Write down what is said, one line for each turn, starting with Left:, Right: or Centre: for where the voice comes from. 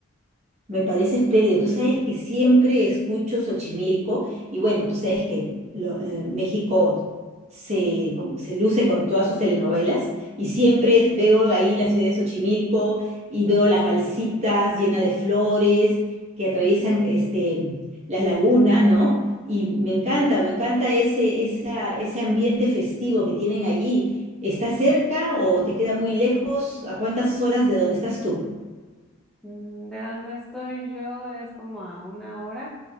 Right: Me parece espléndido. Tú sabes que siempre escucho Xochimilco y bueno, tú sabes que lo- eh, México se, como- se luce con todas sus telenovelas y siempre es- veo ahí la ciudad de Xochimilco y veo las balsitas llenas de flores que atraviesan este, las lagunas, ¿no? Y me encanta, me encanta ese, esa- ese ambiente festivo que tienen allí. ¿Está cerca o te queda muy lejos? ¿A cuántas horas de donde estás tú?
Centre: Mm, De donde estoy yo es como a una hora,